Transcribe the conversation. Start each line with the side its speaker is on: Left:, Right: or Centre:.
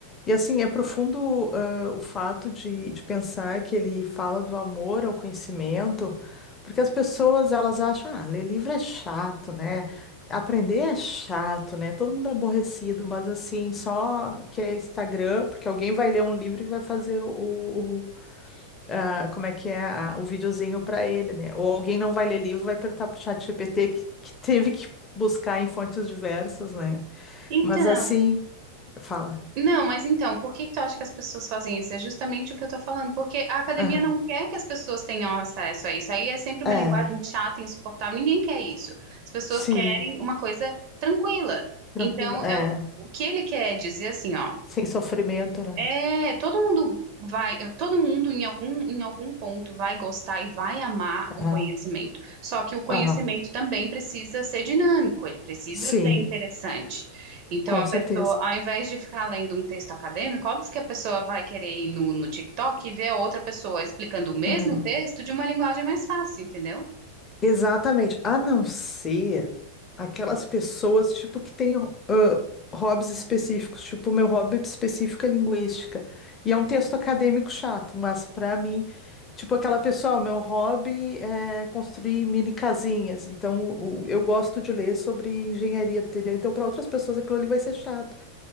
Left: e assim, é profundo, ah, o fato de, de pensar que ele fala do amor ao conhecimento, porque as pessoas elas acham, ah, ler livro é chato, né? Aprender é chato, né? Todo mundo é aborrecido, mas assim, só que é Instagram, porque alguém vai ler um livro e vai fazer o, o- ah, como é que é, a- o videozinho para ele, né? Ou alguém não vai ler livro, vai perguntar pro ChatGPT que, que teve que buscar em fontes diversas, né?
Right: Então,
Left: Mas assim. Fala.
Right: não, mas então, por que que tu acha que as pessoas fazem isso? É justamente o que eu tô falando, porque a academia
Left: Aham.
Right: não quer que as pessoas tenham acesso a isso. Aí é sempre uma
Left: É,
Right: linguagem chata, insuportável, ninguém quer isso. As pessoas
Left: sim,
Right: querem uma coisa tranquila.
Left: tranquilo.
Right: Então,
Left: É,
Right: é o o que ele quer dizer assim, ó,
Left: sem sofrimento, né?
Right: é, todo mundo vai, todo mundo em algum, em algum ponto vai gostar e vai amar
Left: Aham.
Right: o conhecimento. Só que o conhecimento
Left: Aham.
Right: também precisa ser dinâmico, ele precisa
Left: Sim,
Right: ser interessante. Então,
Left: com
Right: a pessoa,
Left: certeza.
Right: ao invés de ficar lendo um texto acadêmico, óbvio que a pessoa vai querer ir no, no TikTok e ver outra pessoa explicando o mesmo
Left: Hum.
Right: texto de uma linguagem mais fácil, entendeu?
Left: Exatamente. A não ser aquelas pessoas, tipo, que têm ah, hobbies específicos. Tipo, o meu hobby específico é linguística. E é um texto acadêmico chato, mas pra mim, tipo, aquela pessoa, "Ah, o meu hobby é construir mini casinhas. Então, o- eu gosto de ler sobre engenharia, entendeu? Então, para outras pessoas, aquilo ali vai ser chato.